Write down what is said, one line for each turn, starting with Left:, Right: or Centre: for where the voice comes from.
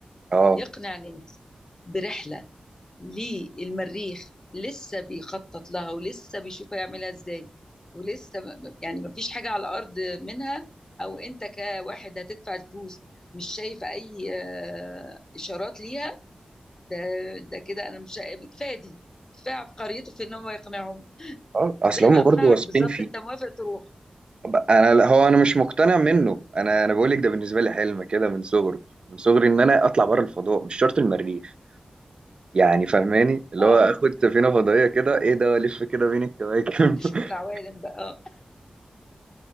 Right: اه
Left: يقنع ناس برحله للمريخ لسه بيخطط لها ولسه بيشوف هيعملها ازاي ولسه م- يعني ما فيش حاجة على الأرض منها أو أنت كواحد هتدفع فلوس مش شايف أي آه، إشارات ليها ده ده كده أنا مش شايف- كفاية دي كفاية عبقريته في إن هو يقنعهم
Right: اه اصل
Left: زي
Right: هم
Left: ما أقنعك
Right: برضه واثقين
Left: بالظبط
Right: فيه
Left: أنت موافق تروح
Right: طب انا لا، هو انا مش مقتنع منه انا انا بقول لك ده بالنسبه لي حلم كده من صغري من صغري ان انا اطلع بره الفضاء مش شرط المريخ يعني فاهماني اللي
Left: أه
Right: هو
Left: أه
Right: اخد سفينه فضائيه كده ايه ده والف كده بين الكواكب
Left: تشوف العوالم
Right: <laughs>
Left: بقى أه